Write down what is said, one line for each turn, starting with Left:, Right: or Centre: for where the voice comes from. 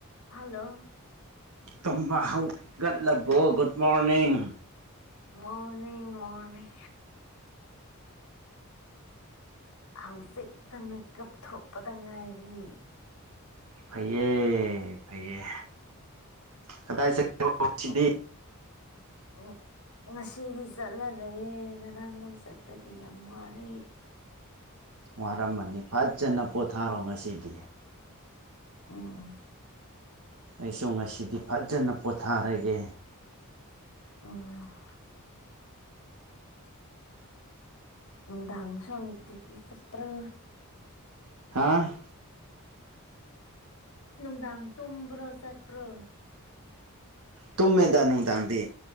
Left: hello
Right: ꯇꯨꯝꯕ ꯍꯧꯒꯠꯂꯕꯣ good morning
Left: morning morning ꯍꯧꯖꯤꯛꯇ ꯃꯦꯀꯞ ꯊꯣꯛꯄꯗ ꯉꯥꯏꯔꯤ
Right: ꯐꯩꯌꯦ ꯐꯩꯌꯦ ꯀꯗꯥꯏ ꯆꯠ ꯁꯤꯗꯤ
Left: ꯑ ꯑ <unintelligible> ꯉꯁꯤꯗꯤ ꯆꯠꯂꯔꯣꯏꯌꯦ ꯉꯔꯥꯡ ꯂꯧ ꯆꯠꯄꯒꯤ ꯌꯥꯝ ꯋꯥꯔ
Right: ꯋꯥꯔꯝꯃꯅꯤ ꯐꯖꯅ ꯄꯣꯊꯥꯔꯣ ꯉꯁꯤꯗꯤ
Left: ꯎꯝ
Right: ꯑꯩꯁꯨ ꯉꯁꯤꯗꯤ ꯐꯖꯅ ꯄꯣꯊꯥꯔꯒꯦ
Left: ꯎ ꯅꯨꯡꯗꯥꯥꯡꯁꯨ ꯗꯤ꯭ꯌꯨꯇꯤ ꯆꯄ꯭ꯔꯣ
Right: ꯍꯥꯥ
Left: ꯅꯨꯡꯗꯥꯡ ꯇꯨꯝꯕ꯭ꯔꯣ ꯆꯠꯄ꯭ꯔꯣ
Right: ꯇꯨꯝꯃꯦꯗ ꯅꯨꯡꯗꯥꯡꯗꯤ